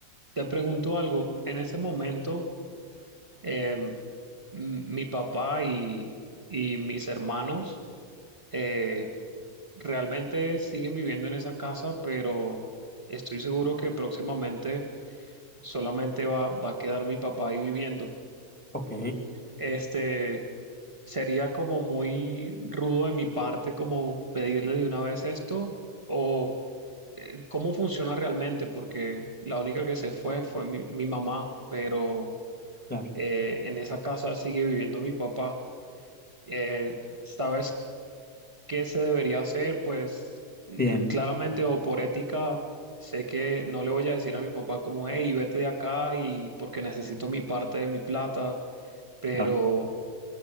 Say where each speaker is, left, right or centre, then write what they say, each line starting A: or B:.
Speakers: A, on the right; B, in the centre.
A: te pregunto algo, en ese momento, em, m- mi papá y, y mis hermanos eh, realmente siguen viviendo en esa casa, pero estoy seguro que próximamente solamente va, va a quedar mi papá ahí viviendo.
B: Ok,
A: Este sería como muy rudo de mi parte como pedirle de una vez esto o eh, cómo funciona realmente, porque la única que se fue fue mi, mi mamá, pero
B: claro.
A: eh, en esa casa sigue viviendo mi papá. Eh, ¿sabes qué se debería hacer? Pues yo
B: Bien,
A: claramente o por ética sé que no le voy a decir a mi papá como, hey, vete de acá y porque necesito mi parte de mi plata, pero
B: claro.